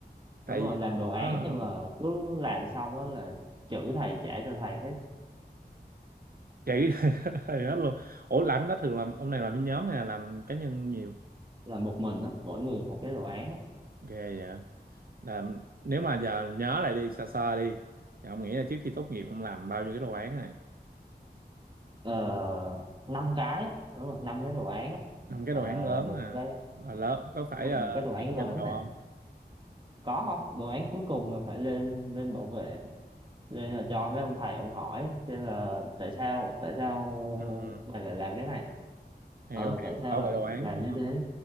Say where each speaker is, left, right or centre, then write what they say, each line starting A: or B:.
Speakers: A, on the right; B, on the right.
A: tại
B: đúng rồi
A: vì
B: làm
A: tôi cũng
B: đồ án
A: có
B: nhưng mà cứ làm xong á là chữ thầy trả cho thầy hết
A: chạy <laughs> thầy hết luôn ủa làm cái đó thường làm ông này làm cái nhóm hay là làm cá nhân nhiều
B: là một mình á mỗi người một cái đồ án á.
A: ghê vậy làm nếu mà giờ nhớ lại đi sơ sơ đi thì ông nghĩ là trước khi tốt nghiệp ông làm bao nhiêu cái đồ án này
B: ờ, năm cái á, đúng rồi năm cái đồ án á.
A: làm cái
B: ờ,
A: đồ án lớn
B: một
A: hả
B: cái
A: là lớn có phải
B: đúng là
A: ờ,
B: một cái đồ án
A: thuyết trình
B: lớn
A: đồ
B: này
A: không
B: có không đồ án cuối cùng là phải lên lên bảo vệ lên là cho mấy ông thầy ông hỏi xem là tại sao tại sao
A: ừ.
B: mày lại làm cái này
A: hiểu
B: ờ
A: hiểu
B: tại sao
A: bảo
B: lại
A: vệ đồ án
B: làm
A: đúng
B: như thế